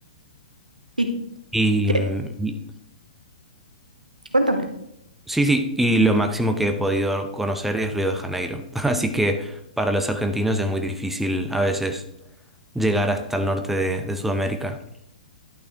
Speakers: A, on the right; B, in the centre.
A: ¿Y
B: Y,
A: qué?
B: mm, y-
A: Cuéntame.
B: sí, sí, y lo máximo que he podido conocer es Río de Janeiro. <laughs> Así que para los argentinos es muy difícil a veces llegar hasta el norte de de Sudamérica.